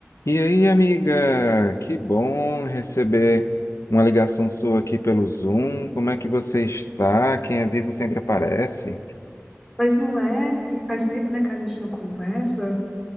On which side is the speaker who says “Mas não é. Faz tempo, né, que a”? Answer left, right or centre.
Centre